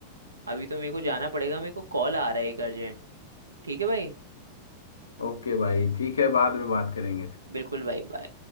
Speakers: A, on the right (about 75°); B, on the left (about 70°).
A: अभी तो मेरे को जाना पड़ेगा मेरे को कॉल आ रहा है एक अर्जेंट ठीक है भाई
B: ओके भाई ठीक है बाद में बात करेंगे
A: बिल्कुल भाई बाय